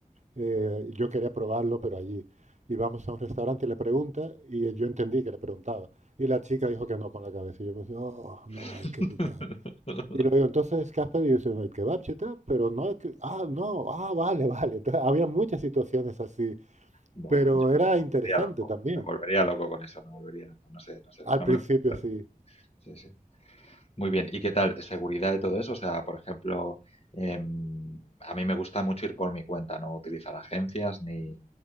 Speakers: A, on the right (about 55°); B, on the left (about 45°).
A: eh, yo quería probarlo, pero allí. Y vamos a un restaurante y le pregunta, y yo entendí que le preguntaba. Y la chica dijo que no con la cabeza. Y yo pensé, oh, no,
B: <laughs>
A: ay, qué putada. Y luego digo, entonces, ¿qué has pedido? Y dice, "No, el kebab, cheta, pero no, es que- ah, no, ah, vale, <laughs> vale. Entonces, había muchas situaciones así,
B: Buah,
A: pero
B: yo
A: era
B: me me
A: interesante
B: volvería loco.
A: también.
B: Me volvería loco con eso, me volvería loco. No sé, no sé.
A: Al
B: No
A: principio
B: me acostumbraré.
A: sí.
B: Sí, sí. Muy bien, ¿y qué tal? ¿Seguridad y todo eso? O sea, por ejemplo, em, a mí me gusta mucho ir por mi cuenta, no utilizar agencias ni,